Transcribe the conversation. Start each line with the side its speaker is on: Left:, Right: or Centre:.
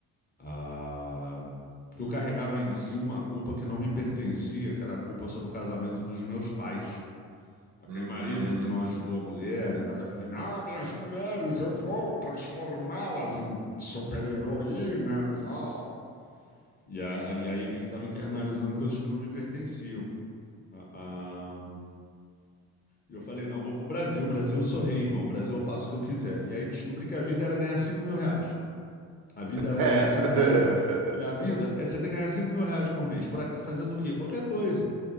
Left: Ah, porque eu carregava em si uma culpa que não me pertencia, que era a culpa sobre o casamento dos meus pais. Aquele
Right: Uhum.
Left: marido que não ajudou a mulher, e o cara falou: Não, minhas mulheres, eu vou transformá-las em super-heroínas. ó." E, a- e aí vi que estava internalizando coisas que não me pertenciam. A- a- E eu falei: Não, vou pro Brasil. Brasil, eu sou rei, irmão. Brasil, eu faço o que eu quiser. E aí descobri que a vida era ganhar cinco mil reais. A vida era
Right: É.
Left: ganhar 5 mil reais. Falei: A vida
Right: <laughs>
Left: é você ter que ganhar cinco mil reais por mês. Pra, que- fazendo o quê? Qualquer coisa.